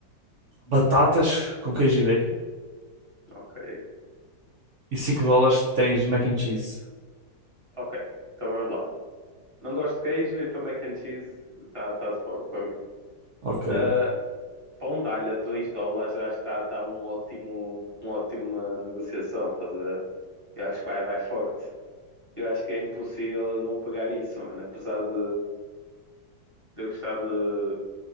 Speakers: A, on the right; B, on the right.
A: batatas com queijo e bacon.
B: Ok.
A: E cinco dólares tens mac and cheese.
B: Ok. Então vamos lá. Não gosto de queijo, então mac and cheese está tá de fora para mim.
A: Ok, ok.
B: Ah, pão de alho a 2 dólares, eu acho que está tá um ótimo, uma ótima negociação, estás a ver? Eu acho que vai, vai forte. Eu acho que é impossível eu não pegar isso, mano. Apesar de, de eu gostar de